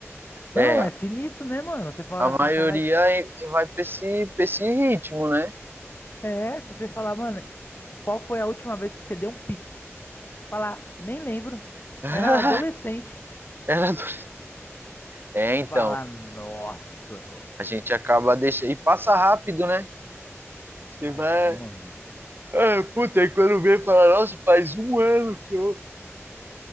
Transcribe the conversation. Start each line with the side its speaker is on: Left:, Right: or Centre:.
Left: Não,
Right: é,
Left: é sinistro, né, mano? Você falar
Right: a maioria
Left: assim, caralho.
Right: é- vai para esse, pra esse ritmo, né?
Left: É, se você falar, mano, qual foi a última vez que você deu um pique? Falar, nem lembro.
Right: <laughs>
Left: Era adolescente.
Right: Era do- É, então.
Left: Falar, nossa.
Right: A gente acaba deixando. E passa rápido, né? Você
Left: É,
Right: vai.
Left: mano.
Right: É, puta, aí quando vem falar, nossa, faz um ano que eu,